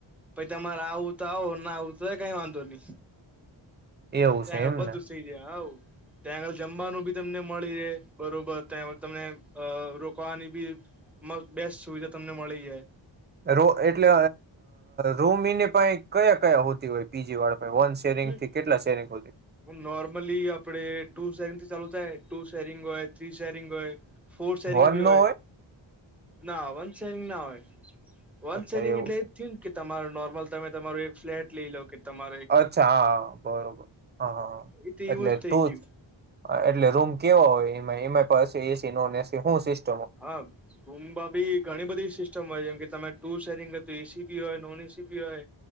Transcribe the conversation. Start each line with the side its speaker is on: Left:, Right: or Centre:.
Centre: પછી તમારે આવું તો આવો ના આવું તો કઈ વાંધો નહી
Right: એવું
Centre: ત્યાં
Right: છે
Centre: આગળ
Right: એમને
Centre: બધું થઈ જાય આવ ત્યાં આગળ જમવાનું બી તમને મળી રહે બરોબર ત્યાં આગળ તમને રો આની બી બેસ્ટ સુવિધા તમને મળી જાય
Right: રો એટલે રોમીને પા કયા કયા હોતી હોય પીજી વાળા પાહે વન શેરિંગ
Centre: હમ હ
Right: થી કેટલા શેરિંગ હુધી
Centre: નોર્મલી આપડે ટુ શેરિંગ થી ચાલુ જાય ટુ શેરિંગ હોય થ્રી શેરિંગ હોય ફોર શેરિંગ
Right: વન
Centre: બી હોય
Right: નો
Centre: ના વન શેરિંગ ના હોય વન
Right: અચ્છા
Centre: સેરિંગ
Right: એવું
Centre: એટલે
Right: છે
Centre: એ થયું કે તમારું નોર્મલ તમે તમારું એક ફ્લેટ લઈ લો કે તમાર
Right: અચ્છા હા બરોબર હા હા
Centre: એ તો એવું
Right: એટલે
Centre: જ થઈ
Right: તું
Centre: ગયું
Right: જ એટલે રૂમ કેવા હોય એમાં એમાં પ એસી નોન એસી હું સિસ્ટ
Centre: હાબ ભી ઘણી બધી સિસ્ટ યમ કે તમે ટુ સેરીિંગ એસી બી હોય નોન એસી બી હોય